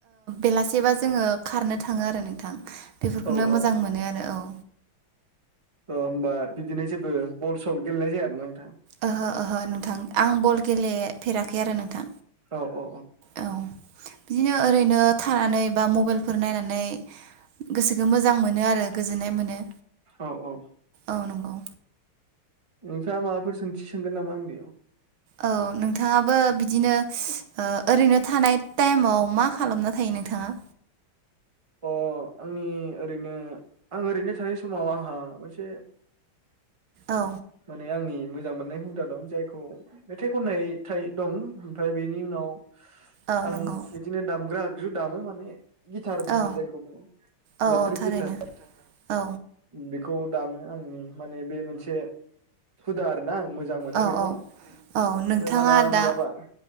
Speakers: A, on the right (about 75°); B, on the right (about 15°).
A: बेलासेबा जोंङो खारनो थांङो आरो नोंथां बेफोरखौनो
B: औ औ
A: मोजां मोनो आरो औ
B: अ होमबा बिदिनो जेबो बल सल गेलेनाय जाया आरोना नो
A: ओहो ओहो नोंथां आं बल गेलेफेराखै आरो नोंथां
B: औ औ
A: औ बिदिनो ओरैनो थानानै बा मबाइलफोर नायनानै गोसोखौ मोजां मोनो आरो गोजोननाय मोनो
B: औ औ
A: औ नंगौ
B: नोंथाङा माबाफोर सोंथि सोंगोन नामा आंनियाव
A: औ नोंथाङाबो बिदिनो ओरैनो थानाय टाइमाव मा खालामना थायो नोंथाङा?
B: अ आंनि ओरैनो आं ओरैनो थानाय समाव आंहा मोनसे
A: औ
B: माने आंनि मोजां मोननाय हुदा दं जायखौ मेथाइ खननाय थाइ दं ओमफ्राय बेनि उनाव
A: औ
B: आं
A: नंगौ
B: बिदिनो दामग्रा जु दामो माने गिथार जायखौ
A: औ औ
B: इलेक्ट्रिक
A: औ थारैनो
B: गिथार
A: औ
B: बेखौ दामो आंनि माने बे मोनसे हुदा आरो ना आं मोजां मोनो
A: औ
B: बेखौ
A: औ औ नोंथाङा
B: आरो मालाबा
A: दा
B: मालाबा मा